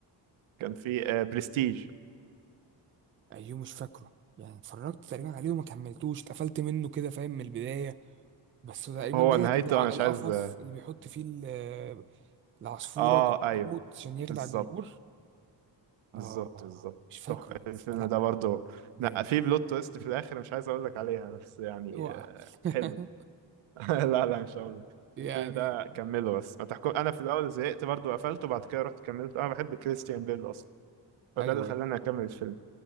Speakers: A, on the right; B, on the right.
A: كان فيه آه، برستيج
B: ايوه مش فاكره يعني اتفرجت تقريبا عليه وما كملتوش اتقفلت منه كده فاهم من البدايه بس تقريبا
A: هو
B: ده اللي
A: نهايته
B: كان بتاع
A: انا مش
B: القفص
A: عايز اه
B: اللي بيحط فيه ال- العصفورة
A: آه،
B: وكانت
A: ايوه
B: بتموت عشان يخدع
A: بالظبط
B: الجمهور اه
A: بالظبط بالظبط
B: مش فاكره
A: تح- الفيلم
B: بس لا
A: ده برضو
B: جامد
A: لا في بلوت تويست في الاخر مش عايز اقول لك عليها بس يعني
B: اوعى
A: آه،
B: <laughs>
A: حلو <laughs> لا لا مش هقول لك
B: يعني
A: الفيلم ده كمله بس ما تحكم انا في الاول زهقت برضو قفلته بعد كده رحت كملت انا بحب كريستيان بيل اصلا فده
B: ايوه
A: اللي خلاني
B: ايوه
A: اكمل الفيلم